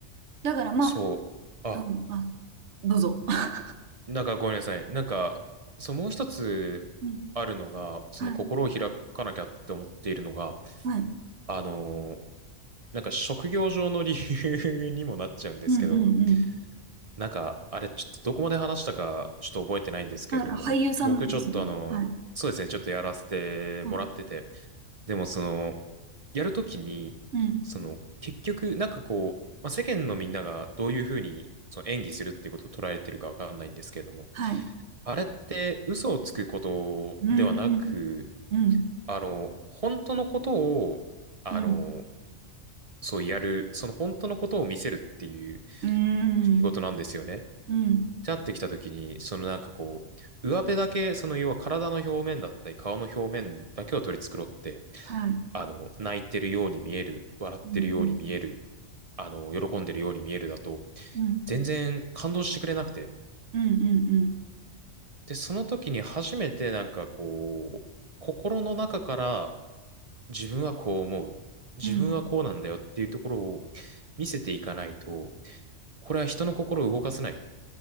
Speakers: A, on the right (about 70°); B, on the right (about 40°).
A: だからまあ、
B: そう。あ
A: うん、あ、どうぞ。<laughs>
B: なんかごめんなさい。なんか、そう、もう一つあるのが、
A: うん、
B: その心を開かなきゃって思っているのが、
A: はい、はい。
B: あのーなんか職業上の理由 <laughs> にもなっちゃうんですけど、
A: うん、うん、うん。
B: なんか、あれ、ちょっとどこまで話したか、ちょっと覚えてないんですけれども、
A: なんか俳優さんですよね。
B: 僕ちょっとあの、
A: はい、
B: そうですね、ちょっとやらせてもらってて、
A: はい。
B: でもその、やるときに、
A: うん。
B: その、結局、なんかこう、まあ、世間のみんながどういうふうに、その演技するっていうことを捉えてるかわかんないんですけれども、
A: はい。
B: あれって嘘をつくことではなく、
A: うん、うん、うん、
B: あの、本当のことを、あの、
A: うん、
B: そうやる、その本当のことを見せるっていう
A: うん、
B: 仕事なんですよね。
A: うん、
B: じゃってきた時に、そのなんかこう、上辺だけ、その要は体の表面だったり、顔の表面だけを取り繕って、
A: はい。う
B: あの、泣いてるように見える、笑ってるように見える、
A: ん、うん、
B: あの、喜んでるように見えるだと、
A: うん、
B: 全然感動してくれなくて、
A: うん、うん、
B: で、その時に初めてなんかこう、心の中から自分はこう思う。自分はこうなんだよっていうところを
A: うん、
B: 見せていかないと、これは人の心を動かせないっ